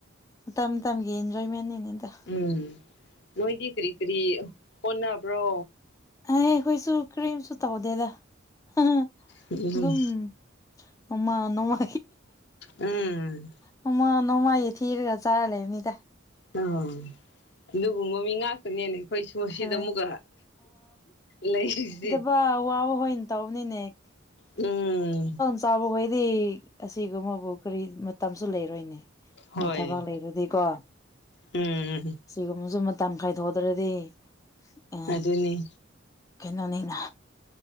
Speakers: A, on the left; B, on the left.
A: ꯃꯇꯝ ꯃꯇꯝꯒꯤ ꯏꯟꯖꯣꯏꯃꯦꯟꯅꯤꯅ‌ꯦ ꯗ‌ꯣ
B: ꯎꯝ ꯅꯣꯏꯗꯤ ꯀꯔꯤ ꯀꯔꯤ ꯍꯣꯠꯅꯕ꯭ꯔꯣ
A: ꯑꯦ ꯑꯩꯈꯣꯏꯁꯨ ꯀꯔꯤꯝꯁꯨ ꯇꯧꯗꯦꯗ ꯑꯗꯨꯝ
B: ꯎꯝ
A: ꯎꯃ ꯅꯣꯡꯃ
B: ꯎꯝ
A: ꯅꯣꯡꯃ ꯅꯣꯡꯃꯒꯤ ꯊꯤꯔꯒ ꯆꯥꯔ ꯂꯩꯕꯅꯤꯗ
B: ꯑ ꯑꯗꯨꯒꯨꯝꯕ ꯃꯤ ꯉꯥꯛꯇ‌ꯅꯤꯅꯦ ꯑꯩꯈꯣꯏ ꯁ‌ꯣꯝ ꯁꯤꯗ
A: ꯍꯣꯏ
B: ꯑꯃꯨꯛꯀ ꯂꯩꯔꯤꯁꯦ
A: ꯋꯥꯕ ꯍꯣꯏ ꯇꯧꯕꯅꯤꯅꯦ
B: ꯎꯝ
A: ꯆꯥꯎꯕꯍꯣꯏꯗꯤ ꯑꯁꯤꯒꯨꯝꯕꯕꯨ ꯀꯔꯤ ꯃꯇꯝꯁꯨ ꯂꯩꯔꯣꯏꯅꯦ
B: ꯍꯣꯏ
A: ꯃꯣꯏ ꯊꯕꯛ ꯂꯩꯈꯔꯗꯤꯀꯣ
B: ꯎꯝ
A: ꯁꯤꯒꯨꯝꯕꯁꯨ ꯃꯇꯝ ꯈꯥꯏꯗꯣꯛꯇ꯭ꯔꯗꯤ ꯑ
B: ꯑꯗꯨꯅꯤ
A: ꯀꯩꯅꯣꯅꯤꯅ